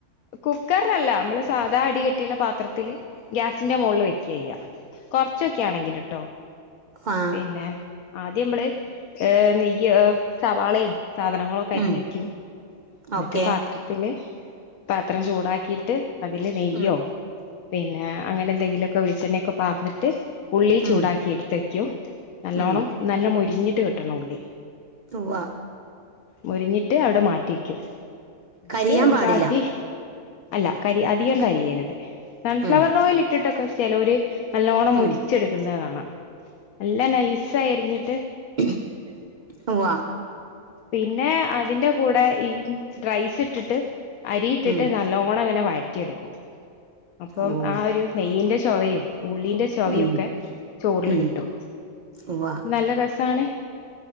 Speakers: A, on the left; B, on the right.
A: കുക്കറിലല്ല നമ്മള് സാധാ അടി കെട്ടിയുള്ള പാത്രത്തില്ൽ ഗ്യാസിന്റെ മോള് വെക്കുക കൊറച്ചൊക്കെയ ആണെങ്കിൽ ട്ടോ
B: ആ
A: പിന്നെ ആദ്യം നമ്മള് ഏ നെയ്യ് സവാളയും സാധനങ്ങൾ അരിഞ്
B: ഉം
A: വയ്ക്കൂ എന്നിട്ട്
B: ഓക്കെ
A: പാത്രത്തില് പാത്രം ചൂടാക്കിയിട്ട് അതില് നെയ്യോ
B: ഉം
A: പിന്നെ അങ്ങനെ എന്തെങ്കിലുമൊക്കെ വളിച്ചെണ്ണയൊക്കെ പാർന്നിട്ട് ഉള്ളി
B: ഉം
A: ചൂടാക്കി എടുത്ത് വെക്കും നല്ലോണം
B: ഉം
A: നല്ല മൊരിഞ്ഞിട്ട് കിട്ടണം ഉള്ളി
B: തുവ
A: മുരിഞ്ഞിട്ട് അവിടെ മാറ്റിക്കും ന്നിട്ട്
B: കരിയാൻ പാടില്ല
A: ബാക്കി അല്ല കരി അധികം കരിയരുത് സൺഫ്ലവർ
B: ഉം
A: ഓയിൽ ഇട്ടിട്ടൊക്കെ ചെലോർ നല്ലോണം മുരിച്ചെടുക്കുന്നത്
B: ഉം
A: കാണാം നല്ല നൈസായിരിഞ്ഞിട്ട്
B: <unintelligible> വ
A: പിന്നെ അതിന്റെ കൂടെ ഈ റൈസ് ഇട്ടിട്ട് അരിയിട്ടിട്ട്
B: ഉം
A: നല്ലോണം അങ്ങനെ വഴറ്റിയെടുക്കും അപ്പം
B: ഓ
A: ആ ഒരു നെയ്യിന്റെ ചുവയും ഉള്ളിന്റെ ചോവൊക്കെ
B: ഉം
A: ചോറില്
B: ഉം
A: കിട്ടും
B: ഉവ്വ
A: നല്ല രസാണ്